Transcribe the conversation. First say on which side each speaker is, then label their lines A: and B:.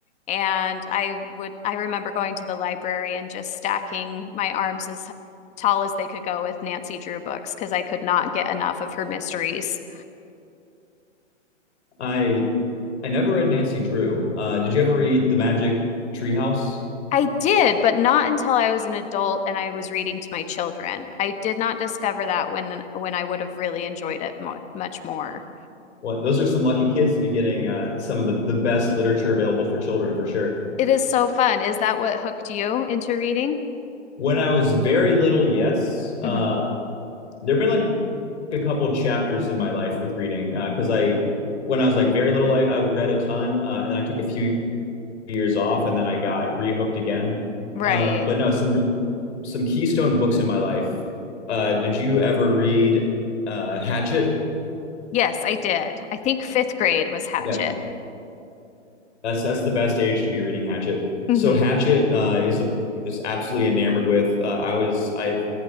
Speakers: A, on the left (about 20°); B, on the left (about 65°).
A: And I would, I remember going to the library and just stacking my arms as tall as they could go with Nancy Drew books because I could not get enough of her mysteries.
B: I I never read Nancy Drew. Uh, did you ever read The Magic Treehouse?
A: I did, but not until I was an adult and I was reading to my children. I did not discover that when when I would have really enjoyed it mo much more.
B: What those are some lucky kids to be getting uh, some of the, the best literature available for children for sure.
A: It is so fun. Is that what hooked you into reading?
B: When I was very little, yes, uh,
A: hmm
B: there've been like a couple chapters in my life with reading because uh, I when I was like very little, I, I read a ton uh, and I took a few years off and then I got rehooked again.
A: Right.
B: Um, but no, some some keystone books in my life. Uh, did you ever read uh, Hatchet?
A: Yes, I did. I think fifth grade was Hatchet.
B: Yeah, that's that's the best age to be reading Hatchet.
A: hmm
B: So Hatchet uh, is a book I'm just absolutely enamored with. Uh, I was I